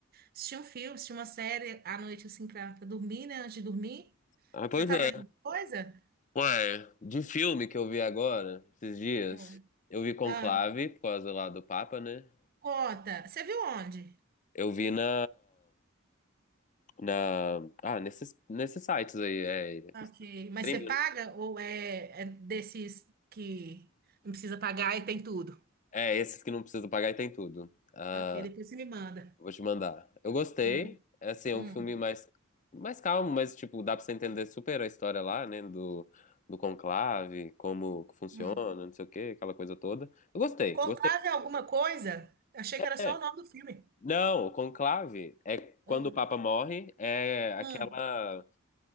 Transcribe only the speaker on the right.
assistir um filme, assistir uma série à noite, assim, pra, pra dormir, né? Antes de dormir.
Você
tá
vendo alguma coisa?
Ah,
ah,
conta. Você viu onde?
Ok.
Mas você paga
ou é, é desses que não precisa pagar e tem tudo?
Ok, depois você me manda.
Hum,
hum,
hum.
Conclave
é alguma coisa? Achei que era só
o nome do filme.
Hum,
hum.